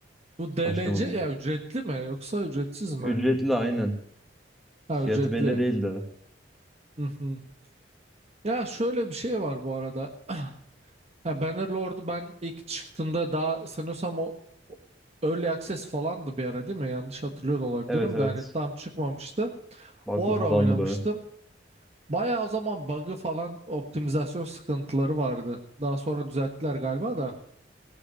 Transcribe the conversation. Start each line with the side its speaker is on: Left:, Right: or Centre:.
Right: Bu DLC
Centre: Başlamadım.
Right: ya ücretli mi yoksa ücretsiz mi?
Centre: Ücretli aynen.
Right: Ha
Centre: Fiyatı
Right: ücretli.
Centre: belli değil de.
Right: Hı hı. Ya şöyle bir şey var bu arada. <clears throat> Ha, Bannerlord'u ben ilk çıktığında daha sanıyorsam o Early Access falandı bir ara değil mi? Yanlış hatırlıyor da olabilirim
Centre: Evet evet.
Right: de hani tam çıkmamıştı.
Centre: Baklı
Right: O ara
Centre: falandı
Right: oynamıştım.
Centre: baya.
Right: Bayağı o zaman bug'ı falan optimizasyon sıkıntıları vardı. Daha sonra düzelttiler galiba da.